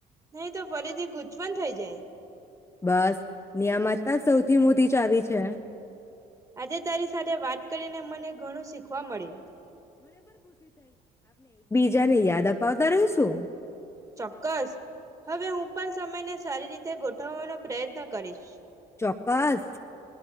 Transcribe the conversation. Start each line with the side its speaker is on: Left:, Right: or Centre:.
Right: નહી તો ફરીથી ગૂંચવન થઈ જાય.
Left: બસ નિયામતા સૌથી મોટી ચાવી છે
Right: આજે તારી સાથે વાત કરીને મને ઘણું શીખવા મેરે
Left: જને યાદ અપાવતા રેસુ
Right: ચોક્કસ હવે હું પણ સમયને સારી રીતે ગોઠવવાનો પ્રયત્ન કરીશ.
Left: ચોક્કાસ.